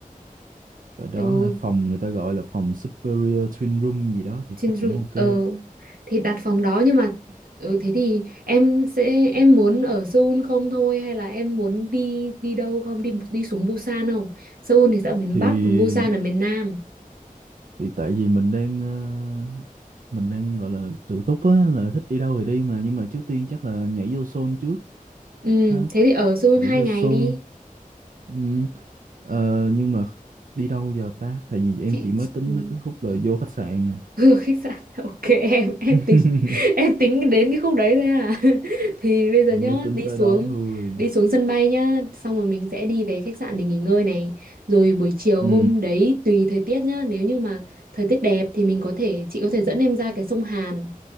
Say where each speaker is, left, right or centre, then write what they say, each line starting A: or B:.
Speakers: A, on the right; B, on the right.
A: cỡ đó
B: ừ,
A: ha. phòng người ta gọi là phòng Superior Twin Room gì đó thì
B: trên
A: chắc
B: room
A: cũng ok
B: ờ thì đặt phòng đó nhưng mà ừ, thế thì em sẽ em muốn ở Seoul không thôi hay là em muốn đi đi đâu không đi đi xuống Busan không? Seoul thì sẽ ở miền
A: thì
B: Bắc, còn Busan ở miền Nam.
A: thì tại vì mình đang ờ, mình đang gọi là tự túc á là thích đi đâu thì đi mà nhưng mà trước tiên chắc là nhảy vô Seoul trước
B: Ừ,
A: ha
B: thế thì ở Seoul
A: nhảy
B: hai
A: vô
B: ngày
A: Seoul
B: đi.
A: Ừm, ờ, nhưng mà đi đâu giờ ta tại vì em
B: chị,
A: chỉ mới
B: chị...
A: tính tới cái khúc là vô khách sạn à
B: Ừ, khách sạn <laughs> ok em em
A: <laughs>
B: tính <laughs> em tính đến cái khúc đấy thôi à <laughs> thì bây giờ
A: thì
B: nhá
A: mới tính
B: đi
A: tới
B: xuống
A: đó thôi
B: đi xuống sân bay nhá xong rồi mình sẽ đi về khách sạn để nghỉ ngơi này rồi buổi chiều
A: ừ
B: hôm đấy tùy thời tiết nhá nếu như mà thời tiết đẹp thì mình có thể chị có thể dẫn em ra cái sông Hàn